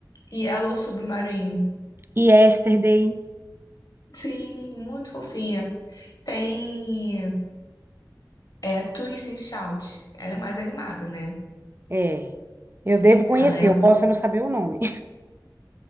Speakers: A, on the left; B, on the right.
A: Yellow Submarine.
B: E Yesterday,
A: Sim, muito fofinha. Tem. É Twist and Shout. Ela é mais animada, né?
B: é. Eu devo conhecer,
A: Ela é a
B: eu
A: mais...
B: posso não saber o nome.